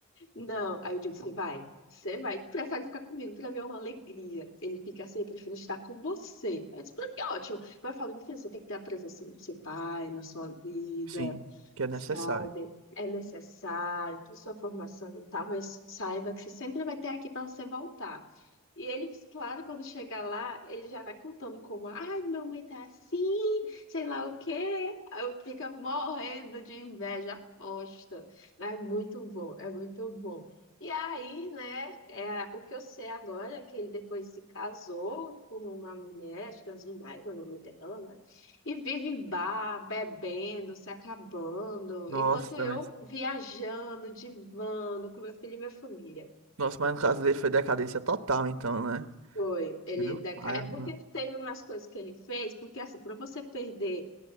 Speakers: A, on the left; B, on the right.
A: Não. Aí eu digo, você vai? Você vai, tu prefere ficar comigo, pra mim é uma alegria. Ele fica assim, eu prefiro estar com você. Aí Eu disse, pra mim é ótimo. Mas eu falo, meu filho, você tem que ter a presença do seu pai na sua vida,
B: Sim, que é necessário.
A: sabe? É necessário, tem sua formação e tal, mas saiba que você sempre vai ter aqui pra você voltar. E ele, claro, quando chega lá, ele já vai contando como, ai, minha mãe tá assim, sei lá o quê. Aí Eu fico morrendo de inveja, aposta. Mas É muito bom, é muito bom. E aí, né, é, o que eu sei agora é que ele depois se casou com uma mulher, acho que é Zunaida, o nome dela, né? E vive em bar, bebendo, se acabando,
B: Nossa,
A: enquanto eu
B: mas.
A: viajando, divando com meu filho e minha família.
B: Nossa, mas no caso dele foi decadência total, então, né?
A: Foi, ele
B: Meu
A: decai,
B: pai,
A: é
B: mano.
A: porque teve umas coisas que ele fez, porque assim, para você perder,